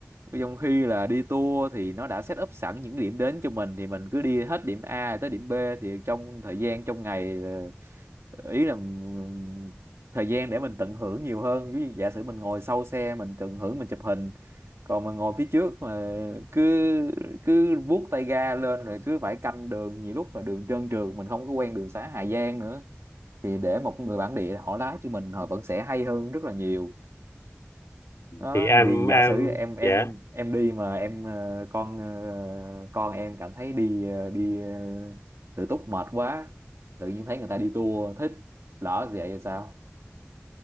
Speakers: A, on the right (about 75°); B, on the left (about 80°).
A: trong khi là đi tour thì nó đã set up sẵn những điểm đến cho mình thì mình cứ đi hết điểm A tới điểm B thì trong thời gian trong ngày ờ, ý là ừm, thời gian để mình tận hưởng nhiều hơn ví dụ giả sử mình ngồi sau xe mình tận hưởng mình chụp hình còn mà ngồi phía trước mà cứ cứ vuốt tay ga lên rồi cứ phải canh đường nhiều lúc là đường trơn trượt mình không có quen đường xá Hà Giang nữa thì để một người bản địa họ lái cho mình họ vẫn sẽ hay hơn rất là nhiều đó
B: thì em
A: thì giả
B: em
A: sử em em
B: yeah
A: em đi mà em ờ, con ờ, con em cảm thấy đi ờ, đi ờ, tự túc mệt quá tự nhiên thấy người ta đi tour thích lỡ vậy thì sao